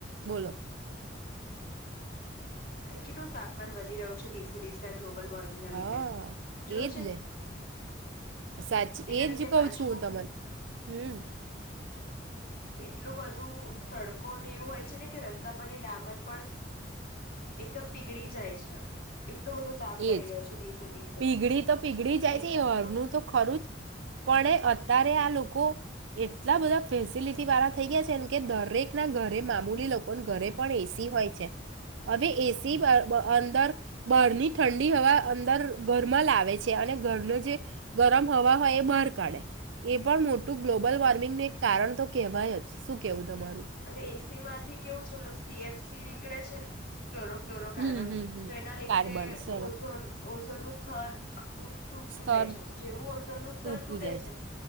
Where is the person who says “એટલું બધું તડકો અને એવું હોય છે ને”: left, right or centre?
Left